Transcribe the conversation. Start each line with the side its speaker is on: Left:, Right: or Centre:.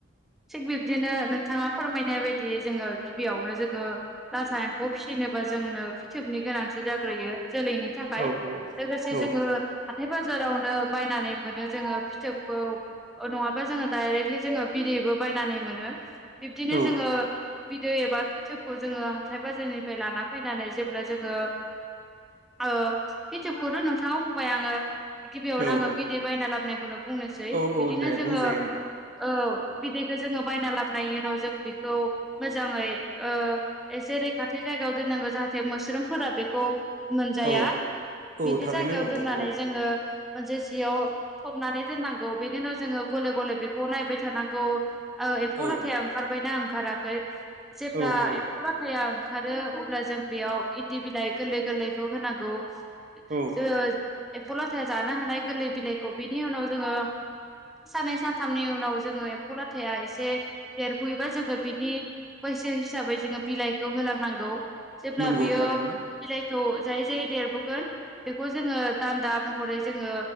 Centre: थिख बि। बिदिनो नोंथाङा फोरमायनाय बायदि जोङो गिबियावनो जोङो लाथा एम्फौ फिसिनोबा जोंनो। फिथोबनि गोनांथि जाग्रोयो। जोलैनि थाखाय
Right: औ
Centre: लोगोसे जोङो
Right: औ
Centre: हाथाय बाजारावनो बायनानै मोनो जोङो फिथोब। खौ नङाबा जोङो डाइरेक्टलि जोङो बिदैबो बायनानै मोनो। बिब्दिनो
Right: औ
Centre: जोङो। बिदै एबा फिथोबखौ जोङो हाथाय बाजारनिफ्राय लाना फैनानै जेब्ला जोङो। औ फेटोबखौथ' नोंथाङाव बुंबाय आङो। गिबियावनो
Right: औ
Centre: आङो
Right: औ
Centre: बिदै बायना लाबोनायखौनो बुंनोसै
Right: औ औ
Centre: बिदिनो
Right: दे
Centre: जोङो
Right: बुंजायो
Centre: औ।
Right: नोंथां
Centre: बिदैखौ जोङो बायना लाबोनायनि उनाव जों बिखौ मोजाङै ओ एसे रैखाथि जायो। जायगायाव दोननांगौ जाहाथे मुस्रुमफोरा बेखौ। मोनजाया
Right: औ औ
Centre: बिदि
Right: थारैनो
Centre: जायगायाव
Right: नंगौ
Centre: दोननानै
Right: औ
Centre: जोङो मोनसे जियाव सबनानै। दोननांगौ बेनि उनाव जोङो गले गले बेखौ नायबाय थानांगौ ओ एम्फौ
Right: औ
Centre: लाथा ओंखारबायना। ओंखाराखै जेब्ला
Right: औ औ
Centre: एम्फौला ओखा। ओंखारो अब्ला जों बेयाव इन्दि बिलाइ गोरलै गोरलैखौ होनांगौ।
Right: औ
Centre: जोङो एम्फौ लाथायाया जानो हानाय गोरलै बिलाइखौ बेनि उनाव जोङो। साननै सानथामनि उनाव जोङो एम्फौ लाथाया एसे देरबोयोबा जोङो बिनि। बैसो हिसाबै जोङो बिलाइखौ होलांनांगौ जेब्ला
Right: नंगौ
Centre: बियो
Right: थारैनो
Centre: बिलाइ। खौ जायै जायै देरबोगोन बेखौ जोङो दान्दा महरै जोङो